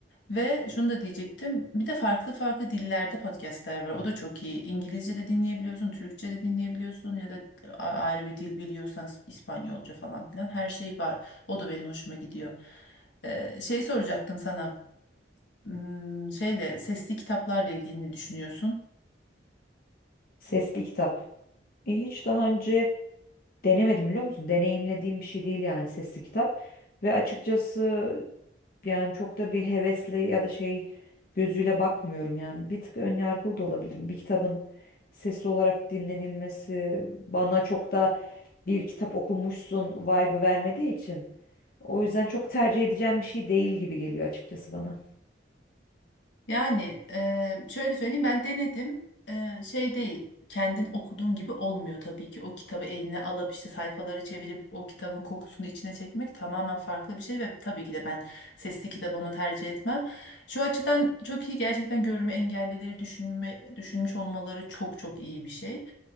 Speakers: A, on the left; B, on the left.
A: Ve şunu da diyecektim. Bir de farklı farklı dillerde podcastler var. O da çok iyi. İngilizce de dinleyebiliyorsun, Türkçe de dinleyebiliyorsun ya da a- ayrı bir dil biliyorsan İspanyolca falan filan her şey var. O da benim hoşuma gidiyor. Ee, şey soracaktım sana. Hmm, şeyle sesli kitaplarla ilgili ne düşünüyorsun?
B: Sesli kitap. E, hiç daha önce denemedim biliyor musun? Deneyimlediğim bir şey değil yani sesli kitap. Ve açıkçası Yani çok da bir hevesli ya da şey gözüyle bakmıyorum yani. Bir tık ön yargılı da olabilirim. Bir kitabın sesli olarak dinlenilmesi bana çok da bir kitap okumuşsun vibe'ı vermediği için. O yüzden çok tercih edeceğim bir şey değil gibi geliyor açıkçası bana.
A: Yani eee, şöyle söyleyeyim ben denedim Eee, şey değil kendin okuduğun gibi olmuyor tabii ki o kitabı eline alıp işte sayfaları çevirip o kitabın kokusunu içine çekmek tamamen farklı bir şey ve tabii ki de ben sesli kitabı ona tercih etmem. Şu açıdan çok iyi gerçekten görme engellileri düşünme, düşünmüş olmaları çok çok iyi bir şey.